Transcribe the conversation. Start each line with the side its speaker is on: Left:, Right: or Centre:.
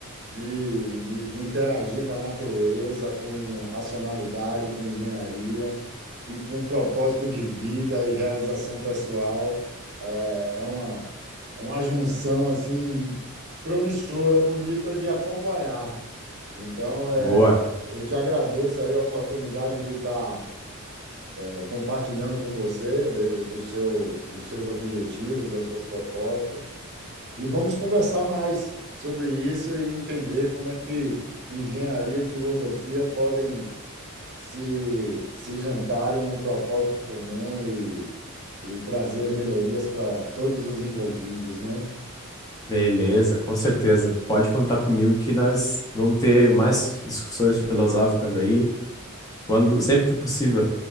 Right: de, de, de interagir com a natureza, com racionalidade, com engenharia e com propósito de vida e realização pessoal. É, é uma, é uma junção assim promissora, bonita de acompanhar. Então,
Left: Boa,
Right: é, eu te agradeço aí a oportunidade de estar é, compartilhando com você de- do seu, dos seus objetivos, das suas propostas. E vamos conversar mais sobre isso e entender como é que engenharia e filosofia podem se, se juntarem num propósito comum e, e trazer melhorias para todos os envolvidos, né?
Left: beleza, com certeza. Pode contar comigo que nós vamos ter mais discussões filosóficas aí quando, sempre que possível.